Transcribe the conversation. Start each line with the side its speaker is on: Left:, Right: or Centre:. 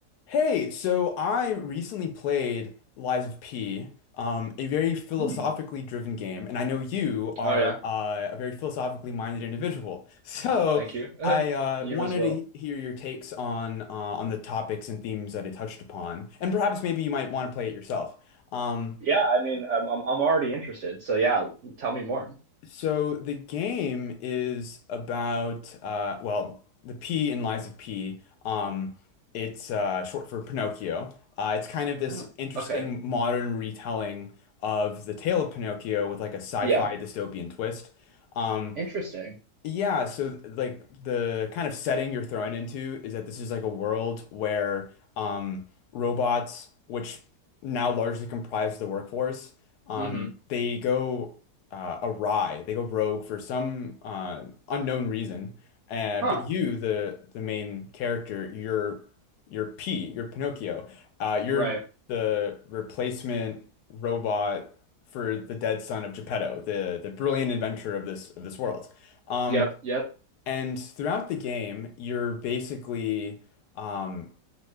Left: Hey, so I recently played Lies of P, um, a very philosophically
Right: Mm.
Left: driven game, and I know you are
Right: Oh yeah.
Left: uh, a very philosophically minded individual. <laughs> So
Right: Well, thank you. <laughs>
Left: I uh,
Right: you
Left: wanted
Right: as well.
Left: to he- hear your takes on uh, on the topics and themes that it touched upon, and perhaps maybe you might want to play it yourself. Um,
Right: Yeah, I mean, I'm I'm I'm already interested. So yeah, tell me more.
Left: So the game is about uh, well, the P in Lies of P. Um, it's uh, short for Pinocchio. Uh, it's kind of this
Right: Oh,
Left: interesting
Right: okay.
Left: modern retelling of the tale of Pinocchio with like a sci-fi
Right: Yeah.
Left: dystopian twist. Um,
Right: Interesting.
Left: yeah, so like the kind of setting you're thrown into is that this is like a world where um, robots, which now largely comprise the workforce, um,
Right: Mm-hmm.
Left: they go uh, awry, they go rogue for some uh, unknown reason. Uh,
Right: Huh.
Left: but you, the the main character, you're you're P, you're Pinocchio. Uh,
Right: Right.
Left: you're the replacement robot for the dead son of Geppetto, the the brilliant inventor of this of this world. Um,
Right: Yep. Yep.
Left: and throughout the game, you're basically um,